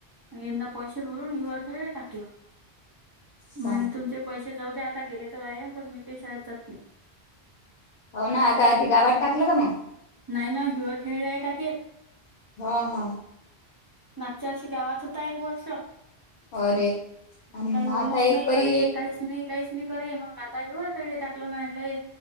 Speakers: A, on the right; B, on the left.
A: यंदा पैसे भरून हिवरर खेळला टाकलं.
B: सांग
A: म्हणज तुमचे पैसे जाऊ द्या आता गेले तर आहे पण मी काही शाळेत जात नाही.
B: हो ना आता ती गावात टाकलं का मग
A: नाही ना हिुअर खेळला आहे टके.
B: हा हा
A: नागच्याशी गावात होता एक वर्ष
B: अरे अन्
A: काही होमवर्क
B: आता एक
A: नाही
B: परी
A: करे काही. नाही काहीच नाही करे मग आता हे वर खेळले टाकलं नाहीटय.